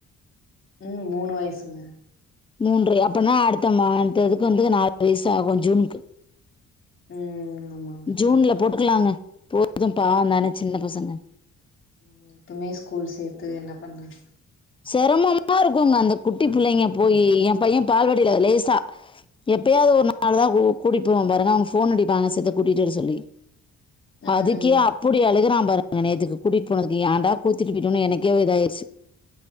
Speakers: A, on the left; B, on the left.
A: ம் மூணு வயசுங்க
B: மூன்றயா அப்பனா அடுத்த மந்துக்கு வந்து நாலு வயசு ஆகு ஜூன்க்கு
A: ம் ம் ஆமா
B: ஜூன்ல போட்டுக்கலாங்க போதும் பா தான சின்ன பசங்க
A: நா இப்பமே ஸ்கூல் சேத்து என்ன பண்ண
B: செரமமா இருக்குங்க அந்த குட்டி புள்ளைங்க போயி எ பைய பால்வடியில லேசா எப்பயாது ஒரு நாள் தா கூட்டிடுப்போவ பாருங்க அவுங்க ஃபோன் அடிப்பாங்க சித்த கூட்டிட்டு வர சொல்லி
A: ம்
B: அதுக்கியா புடி அழுகுறா பாருங்க நேத்துக்கு கூட்டிட் போனதுக்கு ஏண்டா கோச்சிட்டு போயிட்டோனு எனக்கே ஒ இதாயிருச்சி